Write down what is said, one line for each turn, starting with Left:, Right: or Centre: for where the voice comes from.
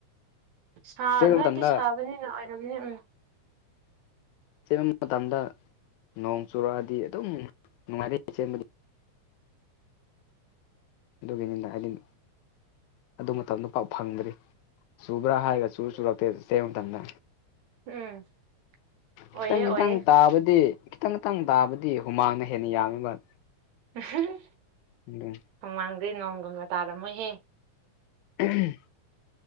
Right: ꯁꯥ
Left: ꯆꯦꯟꯕ
Right: ꯅꯣꯏꯗꯤ
Left: ꯃꯇꯝꯗ
Right: ꯁꯥꯕꯅꯤꯅ ꯑꯣꯏꯔꯝꯅꯤ ꯎꯝ
Left: ꯆꯦꯟꯕ ꯃꯇꯝꯗ ꯅꯣꯡ ꯆꯨꯔꯛꯑꯗꯤ ꯑꯗꯨꯝ ꯅꯨꯡꯉꯥꯏꯔꯤ ꯆꯦꯟꯕ ꯑꯗꯨꯒꯤꯅꯤꯗ ꯑꯥꯏꯂꯤꯟ ꯑꯗꯨ ꯃꯇꯝꯗ ꯄꯥ ꯐꯪꯗ꯭ꯔꯤ ꯆꯨꯕ꯭ꯔꯥ ꯍꯥꯏꯔꯒ ꯆꯨꯔ ꯆꯨꯔꯛꯇꯦ ꯖꯦꯝ ꯇꯝꯅ
Right: ꯎꯝ ꯑꯣꯏꯌꯦ
Left: ꯈꯤꯇꯪ ꯒꯤꯗꯪ
Right: ꯑꯣꯏꯌꯦ
Left: ꯇꯥꯕꯗꯤ ꯈꯤꯇꯪ ꯏꯇꯪ ꯇꯥꯕꯗꯤ ꯍꯨꯃꯥꯡꯅ ꯍꯦꯟꯅ ꯌꯥꯝꯃꯤ ꯃꯠ
Right: ꯑꯝꯍꯍꯝ
Left: ꯎꯡꯗꯣꯡ
Right: ꯈꯣꯡꯃꯥꯡꯗꯩ ꯅꯣꯡꯒꯨꯝꯅ ꯇꯥꯔꯃꯣꯏꯍꯦ
Left: ꯑꯍꯝ